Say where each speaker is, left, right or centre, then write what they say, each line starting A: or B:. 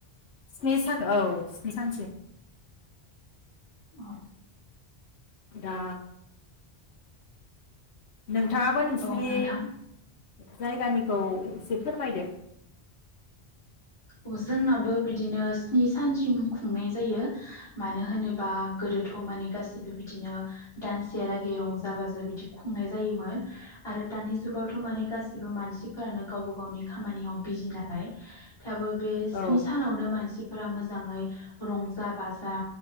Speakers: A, on the left (about 85°); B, on the left (about 25°).
A: स्नि सान औ स्नि सानसिम।
B: औ।
A: दा नोंथाङाबो नोंसिनि
B: औ नोंथां
A: जायगानिखौ एसे फोरमायदो।
B: औ जोंनाबो बिदिनो स्नि सानसिम खुंनाय जायो मानो होनोबा गोदोथ माने गासिबो बिदिनो दानसेहालागै रंजा बाजा बिदि खुंनाय जायोमोन आरो दानि जुगावथ माने गासिबो मानसिफोरानो गावबा गावनि खामानियाव बिजि नालाय दाबो बे स्नि
A: औ
B: सानावनो मानसि फोरा मोजाङै रंजा बाजा